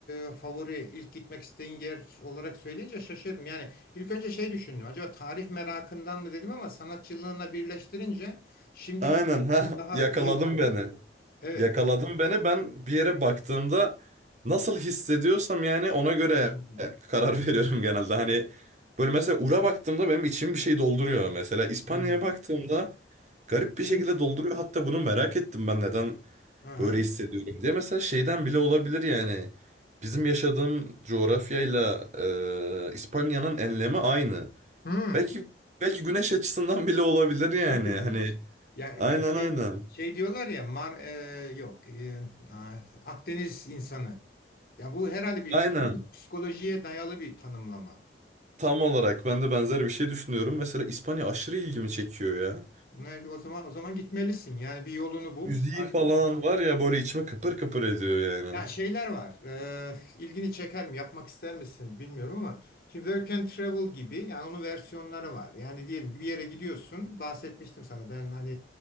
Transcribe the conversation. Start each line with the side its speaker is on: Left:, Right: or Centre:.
Left: e, favori ilk gitmek istediğin yer olarak söyleyince şaşırdım. Yani ilk önce şey düşündüm. Acaba tarih merakından mı dedim ama sanatçılığına birleştirince şimdiki
Right: aynen ha
Left: daha
Right: yakaladın
Left: iyi oturuyor.
Right: beni.
Left: Evet.
Right: Yakaladın beni. Ben bir yere baktığımda nasıl hissediyorsam yani ona göre
Left: Hmm,
Right: karar <laughs> veriyorum genelde. Hani böyle mesela Ur'a baktığımda benim içim bir şey dolduruyor mesela. İspanya'ya
Left: hmm.
Right: baktığımda Garip
Left: İlginç.
Right: bir şekilde dolduruyor. Hatta bunu merak ettim ben neden
Left: Hı hı.
Right: böyle hissediyorum diye. Mesela şeyden bile olabilir yani. Bizim yaşadığım coğrafyayla e, İspanya'nın enlemi aynı.
Left: Hmm.
Right: Belki belki güneş açısından bile olabilir yani.
Left: Çok ilginç.
Right: Hani
Left: Ya
Right: aynen
Left: ga- şey
Right: aynen.
Left: şey diyorlar ya Mar e, yok e, a- Akdeniz insanı. Ya bu herhalde bir
Right: Aynen.
Left: psikolojiye dayalı bir tanımlama.
Right: Tam olarak ben de benzer bir şey düşünüyorum. Mesela İspanya aşırı ilgimi çekiyor ya.
Left: Ne, o zaman o zaman gitmelisin. Yani bir yolunu bul.
Right: Müziği
Left: Artık
Right: falan var ya böyle içimi kıpır kıpır ediyor yani.
Left: Ya şeyler var. Eee ilgini çeker mi? Yapmak ister misin? Bilmiyorum ama şimdi Work and Travel gibi yani onun versiyonları var. Yani diyelim ki bir yere gidiyorsun. Bahsetmiştim sana ben hani